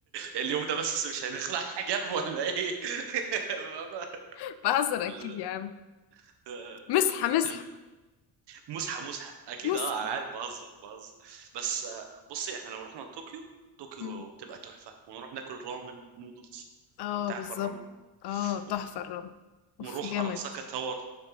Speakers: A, on the right; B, on the left.
A: اليوم ده بس مش هنخلع الحجاب ولا ايه <laughs> ماما.
B: <laughs> بهزر اكيد
A: لا
B: يا عم
A: لا
B: مسحة
A: لا، انت
B: مسحة
A: مزحه مزحه اكيد
B: مسحة
A: اه انا عارف بهزر بهزر بس آه، بصي احنا لو رحنا طوكيو طوكيو
B: مم.
A: تبقى تحفه ونروح ناكل رامن نودلز
B: اه
A: لو انت عارف
B: بالظبط
A: الرامن
B: اه تحفة
A: اوف
B: الرمل اوف
A: ونروح
B: جامد
A: اراساكا تاور